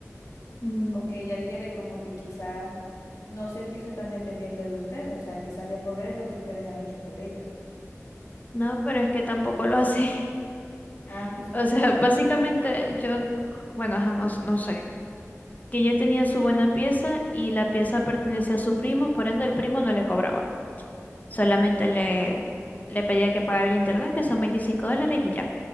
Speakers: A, on the left; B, on the left.
A: Mm,
B: o que ella quiere como que quizás no sentirse tan dependiente de ustedes, o sea, quizás devolverle lo que ustedes han hecho por ella.
A: no, pero es que tampoco lo hace. <laughs>
B: Ah,
A: O sea, básicamente yo, bueno, ajá, no, no sé, que ella tenía su buena pieza y la pieza pertenecía a su primo, por ende el primo no le cobraba. Solamente le, le pedía que pagara el internet, que son 25 dólares y ya.